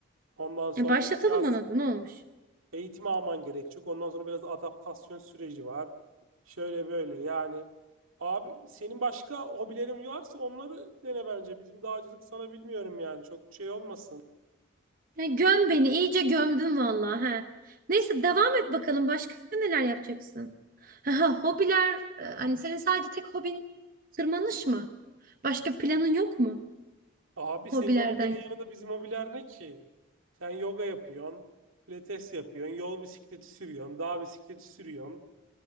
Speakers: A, on the right; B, on the right.
A: Ondan sonra
B: E başlatalım
A: biraz
B: ona da ne olmuş?
A: eğitim alman gerekecek. Ondan sonra biraz adaptasyon süreci var. Şöyle böyle yani. Abi senin başka hobilerin varsa onları dene bence. Bizim dağcılık sana bilmiyorum yani çok şey olmasın.
B: Ya göm beni iyice gömdün vallahi he. Neyse devam et bakalım başka neler yapacaksın? Ha, ha, hobiler e, hani senin sadece tek hobin tırmanış mı? Başka planın yok mu
A: Abi
B: hobilerden?
A: senin hobilerin yanında bizim hobiler ne ki? Sen yoga yapıyorsun, pilates yapıyorsun, yol bisikleti sürüyorsun, dağ bisikleti sürüyorsun.